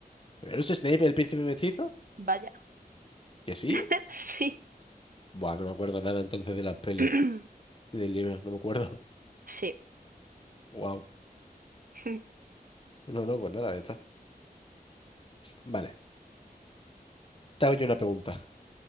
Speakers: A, on the left; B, on the right.
A: ¿Pero es Snape el príncipe mestizo?
B: Vaya.
A: ¿Que sí?
B: <laughs> Sí.
A: Buah, no me acuerdo nada entonces de las pelis
B: <clears throat>
A: y del libro, no me acuerdo. <laughs>
B: Sí.
A: Wow.
B: <laughs>
A: No, no, pues nada, ya está. Vale, te hago yo una pregunta.